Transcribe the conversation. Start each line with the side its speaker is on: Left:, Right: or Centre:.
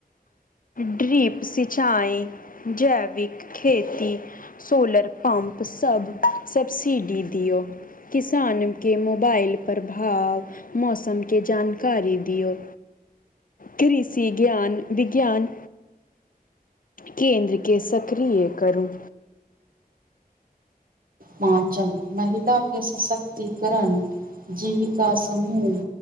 Left: ड्रीप सिचाई जैविक खेती। सोलर पंप सब सबब्सिडी दियौ किसान के मो बाइल प्रभाव मौसम के जानकारी दियौ। कृषि ज्ञान-विज्ञान, केन्द्र केँ सक्रिय करू।
Right: पाँचम महिला के सशक्तिकरण। जीविका समूह